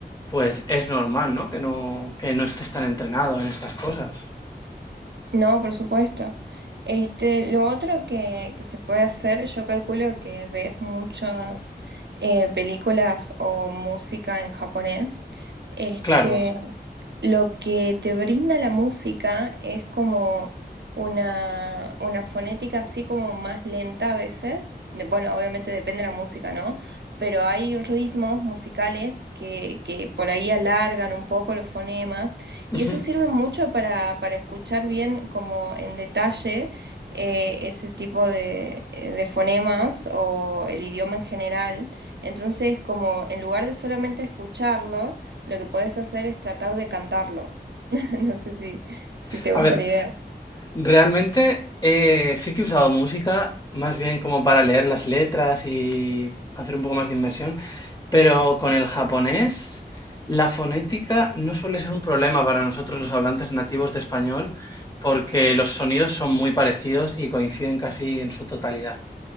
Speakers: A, on the left (about 20°); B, on the right (about 80°).
A: pues es normal, ¿no? Que no, que no estés tan entrenado en estas cosas.
B: No, por supuesto. Este, lo otro que, que se puede hacer, yo calculo que ves muchas eh, películas o música en japonés. Este,
A: Claro,
B: lo que te brinda la música es como una, una fonética así como más lenta a veces. De- bueno, obviamente depende de la música, ¿no? Pero hay ritmos musicales que, que por ahí alargan un poco los fonemas. Y
A: Ujú.
B: eso sirve mucho para, para escuchar bien como en detalle eh, ese tipo de, eh, de fonemas o el idioma en general. Entonces, como en lugar de solamente escucharlo, lo que podés hacer es tratar de cantarlo. <laughs> No sé si, si te
A: A
B: gusta
A: ver,
B: la idea.
A: realmente eh, sí que he usado música más bien como para leer las letras y hacer un poco más de inmersión, pero con el japonés la fonética no suele ser un problema para nosotros los hablantes nativos de español porque los sonidos son muy parecidos y coinciden casi en su totalidad.